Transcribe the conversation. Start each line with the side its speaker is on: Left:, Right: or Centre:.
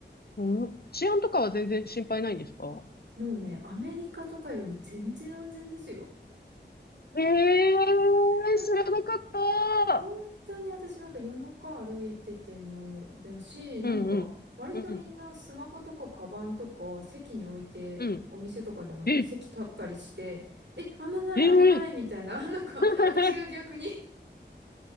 Left: うん、治安とかは全然心配ないんですか
Right: あもうね、アメリカとかより全然安全ですよ。
Left: ええー、
Right: なん
Left: 知らなかった。
Right: 本当に私なんか夜中歩いててもだし、なんか割とみんなスマホとかカバンとか席に置いてお店とかでも席立ったりして、
Left: うんうん。うん。うん。え、
Right: え、危ない危ないみたいな、
Left: ええ
Right: <laughs> なんか私が逆に
Left: <laughs>
Right: <laughs> っ